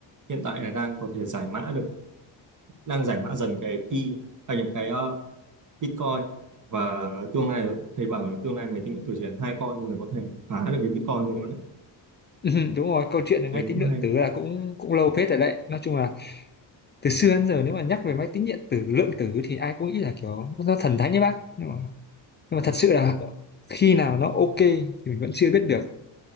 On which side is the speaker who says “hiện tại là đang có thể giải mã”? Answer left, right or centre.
Right